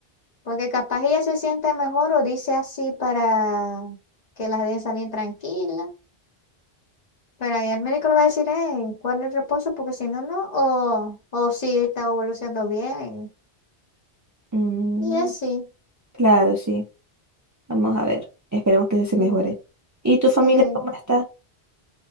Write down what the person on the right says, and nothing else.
Mm,
claro, sí. Vamos a ver. Esperemos que se
mejore. ¿Y tu
familia cómo está?